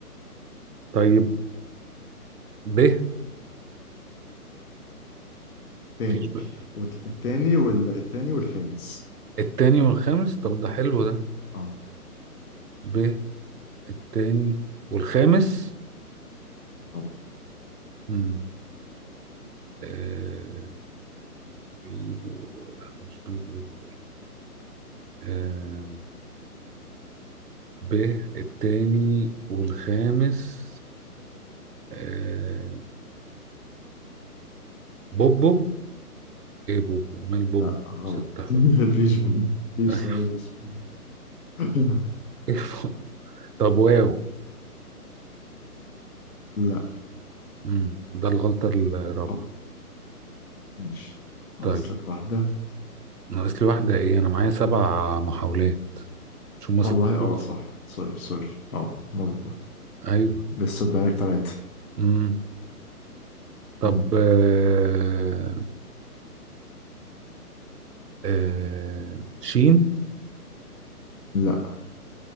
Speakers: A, on the right; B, on the left.
A: طيب ب
B: تاني
A: في ب-
B: وت- التاني والتاني والخامس
A: التاني والخامس طب ده حلو ده
B: اه
A: ب التاني والخامس
B: اه
A: مم. آه... بيبو لا مش بيبو آه... ب التاني والخامس آه، بوبو ايه بوبو مال بوبو
B: لا غلط
A: ست حروف
B: <laughs> مفيش مفيش
A: <laughs>
B: لعيب اسمه <laughs>
A: إيه بوبو؟ طب واو
B: لا
A: مم. ده الغلطة الرابعة
B: خلاص ماشي ناقص
A: طيب
B: لك واحدة
A: ناقص لي واحدة ايه انا معايا سبع محاولات مش هما ست
B: والله
A: حروف
B: اه صح سوري سوري اه مظبوط
A: ايوه
B: لسه بقالك تلاتة
A: مم. طب
B: مم.
A: آه، آه، شين
B: لا